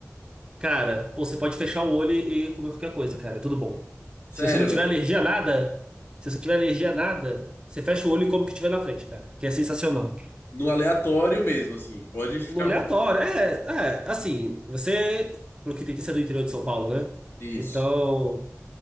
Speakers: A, on the right; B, on the left.
A: Cara, pô, você pode fechar o olho e comer qualquer coisa, cara. É tudo bom.
B: Sério,
A: Se você não tiver
B: velho.
A: alergia a nada, se você tiver alergia a nada, você fecha o olho e come o que tiver na frente, cara. Porque é sensacional.
B: No aleatório mesmo, assim. Pode ficar.
A: No aleatório,
B: à vontade.
A: é, é, assim, você, pelo que entendi, você é do interior de São Paulo, né?
B: Isso,
A: Então,